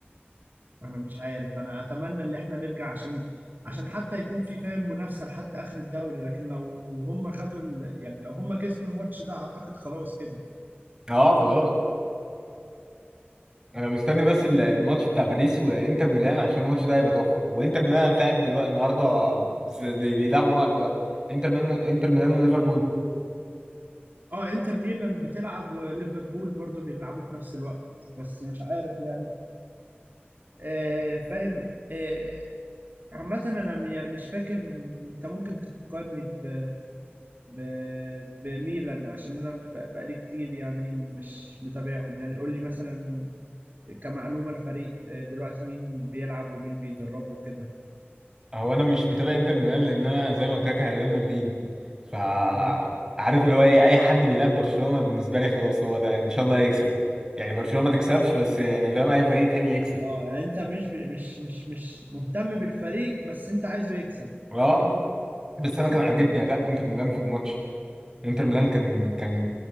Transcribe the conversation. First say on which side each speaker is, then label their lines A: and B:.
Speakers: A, on the right; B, on the right.
A: أنا مش عارف أنا أتمنى إن إحنا نرجع عشان عشان حتى يكون في فاهم منافسة لحد آخر الدوري لكن لو هم خدوا ال... يعني لو هم كسبوا الماتش ده أعتقد خلاص كده
B: اه خلاص انا مستني بس ال- الماتش بتاع باريس وانتر ميلان عشان الماتش ده هيبقى تحفه وانتر ميلان هتلاعب دلوقتي النهارده بس بي- بيلعبوا بعض دلوقتي انتر ميلان انتر ميلان وليفربول
A: اه انتر ميلان بتلعب وليفربول برضه بيلعبوا في نفس الوقت بس مش عارف يعني آه فاهم آه عامة انا م- يعني مش فاكر انت ممكن تفكرني ب... ب... بميلان عشان انا ب- بقالي كتير يعني مش متابعهم يعني قول لي مثلا كمعلومة الفريق آه، دلوقتي مين بيلعب ومين بيدربه وكده
B: هو انا مش متابع انتر ميلان لان انا زي ما قلت لك انا ريال مدريد ف
A: مم.
B: عارف اللي هو ايه اي حد بيلعب برشلونه بالنسبه لي خلاص هو ده ان شاء الله يكسب يعني برشلونه ما تكسبش بس يعني فاهم اي فريق تاني يكسب
A: اه يعني انت مش ب... مش مش مش مهتم بالفريق بس انت عايزه يكسب
B: اه بس انا كان
A: مم.
B: عاجبني اداء انتر ميلان في الماتش انتر ميلان كان كان